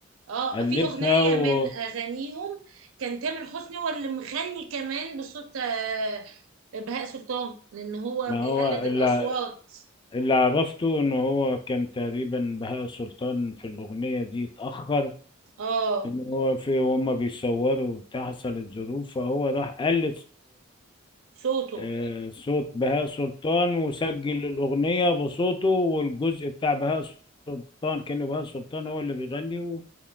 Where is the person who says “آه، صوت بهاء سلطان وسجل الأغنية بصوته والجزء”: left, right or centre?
Left